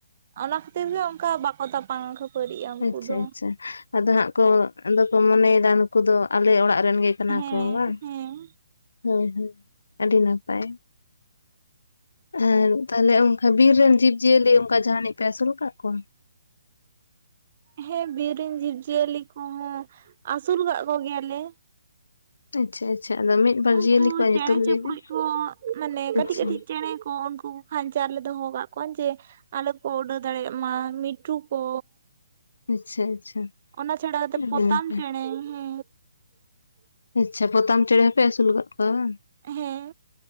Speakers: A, on the right; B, on the left.
A: ᱚᱱᱟ ᱠᱷᱟᱹᱛᱤᱨ ᱜᱮ ᱚᱱᱠᱟ ᱵᱟᱠᱚ ᱛᱟᱯᱟᱢ ᱠᱷᱟᱹᱯᱟᱹᱨᱤᱜᱼᱟ ᱩᱱᱠᱩ
B: ᱟᱪᱪᱷᱟ
A: ᱫᱚ
B: ᱟᱪᱪᱷᱟ ᱟᱫᱚ ᱦᱟᱸᱜ ᱠᱚ ᱟᱫᱚ ᱠᱚ ᱢᱚᱱᱮᱭᱮᱫᱟ ᱱᱩᱠᱩ ᱫᱚ ᱟᱞᱮ ᱚᱲᱟᱜ ᱨᱮᱱ ᱜᱮ ᱠᱟᱱᱟ
A: ᱦᱮᱸ
B: ᱠᱚ ᱵᱟᱝ
A: ᱦᱮᱸ
B: ᱦᱳᱭ ᱦᱳᱭ ᱟᱹᱰᱤ ᱱᱟᱯᱟᱭ᱾ ᱟᱨ ᱛᱟᱦᱞᱮ ᱚᱱᱠᱟ ᱵᱤᱨ ᱨᱮᱱ ᱡᱤᱵᱽᱼᱡᱤᱭᱟᱹᱞᱤ ᱚᱱᱠᱟ ᱡᱟᱦᱟᱱᱤᱡ ᱯᱮ ᱟᱹᱥᱩᱞ ᱠᱟᱜ ᱠᱚᱣᱟ?
A: ᱦᱮᱸ ᱵᱤᱨ ᱨᱮᱱ ᱡᱤᱵᱽᱼᱡᱤᱭᱟᱹᱞᱤ ᱠᱚᱦᱚᱸ ᱟᱹᱥᱩᱞ ᱠᱟᱜ ᱠᱚᱜᱮᱭᱟᱞᱮ᱾
B: ᱟᱪᱪᱷᱟ ᱟᱪᱪᱷᱟ ᱟᱫᱚ ᱢᱤᱫ ᱵᱟᱨ
A: ᱩᱱᱠᱩ
B: ᱡᱤᱭᱟᱹᱞᱤ ᱠᱚᱣᱟᱜ
A: ᱪᱮᱬᱮ
B: ᱧᱩᱛᱩᱢ
A: ᱪᱩᱯᱨᱩᱡ
B: ᱞᱟᱹᱭ ᱵᱮᱱ
A: ᱠᱚ ᱢᱟᱱᱮ ᱠᱟᱹᱴᱤᱡ
B: ᱟᱪᱪᱷᱟ
A: ᱠᱟᱹᱴᱤᱡ ᱪᱮᱬᱮ ᱠᱚ ᱩᱱᱠᱩ ᱠᱷᱟᱧᱪᱟ ᱨᱮᱞᱮ ᱫᱚᱦᱚ ᱟᱠᱟᱫ ᱠᱚᱣᱟ ᱡᱮ ᱟᱞᱚ ᱠᱚ ᱩᱰᱟᱹᱣ ᱫᱟᱲᱮᱭᱟᱜ ᱢᱟ, ᱢᱤᱴᱩ ᱠᱚ
B: ᱟᱪᱪᱷᱟ ᱟᱪᱪᱷᱟ
A: ᱚᱱᱟ ᱪᱷᱟᱲᱟ ᱠᱟᱛᱮ
B: ᱟᱹᱰᱤ
A: ᱯᱚᱛᱟᱢ
B: ᱱᱟᱯᱟᱭ
A: ᱪᱮᱬᱮ ᱦᱮ
B: ᱟᱪᱪᱷᱟ ᱯᱚᱛᱟᱢ ᱪᱮᱬᱮ ᱦᱚᱸᱯᱮ ᱟᱹᱥᱩᱞ ᱠᱟᱜ ᱠᱚᱣᱟ ᱵᱟᱝ?
A: ᱦᱮᱸ ᱦᱮᱸ